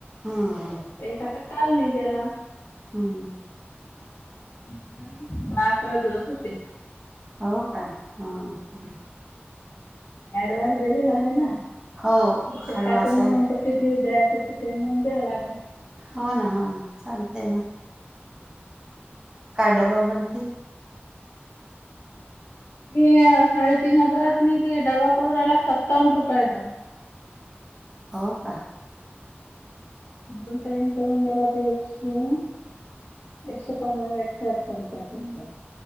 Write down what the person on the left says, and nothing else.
एक अता काल नाहीे देला.
<inaudible> दहा अकरा दिवस होतील.
ऍड वाय <unintelligible> गले आहे ना
ज्याच
काटून
म
ब किती द्यायच तिून मुबई आला ना.
ती अ साडेतीन हजारात मी ते डबा पडू राहिला सत्तावन्न रुपयाचा.
दोन टाईम करून देला ते शिऊन एकशे पंधरा त एकशे <unintelligible> अठर रुपया